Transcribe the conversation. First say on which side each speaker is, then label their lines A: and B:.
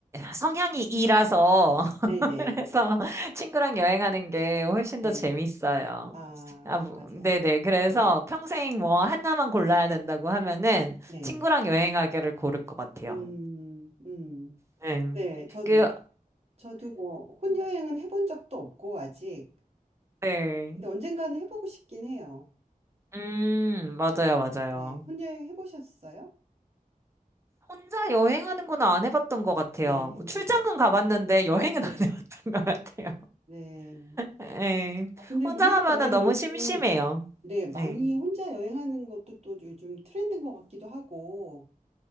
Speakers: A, on the right; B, on the right.
A: 성향이 이라서
B: 네네.
A: 그래서 <laughs> 친구랑 여행하는 게 훨씬
B: 네.
A: 더 재밌어요.
B: 아,
A: 아, 뭐,
B: 맞아요.
A: 네네. 그래서
B: 네,
A: 평생 뭐 하나만 골라야 된다고 하면은
B: 네.
A: 친구랑 여행하기를 고를 것 같아요.
B: 음, 음.
A: 네.
B: 네, 저도요.
A: 그,
B: 저도 뭐, 혼여행은 해본 적도 없고, 아직.
A: 네.
B: 근데 언젠가는 해보고 싶긴 해요.
A: 음, 맞아요,
B: 네,
A: 맞아요.
B: 네. 혼여행 해보셨어요?
A: 혼자 여행하는 건 안 해봤던 것 같아요.
B: 네,
A: 뭐 출장은
B: 어,
A: 가봤는데 여행은
B: 네,
A: 안 <laughs> 해봤던 것 같아요.
B: 네.
A: 네.
B: 아, 근데
A: 혼자
B: 뭐, 혼자
A: 가면은
B: 여행
A: 너무
B: 요즘은,
A: 심심해요.
B: 네, 많이
A: 네.
B: 혼자 여행하는 것도 또 요즘 트렌드인 것 같기도 하고,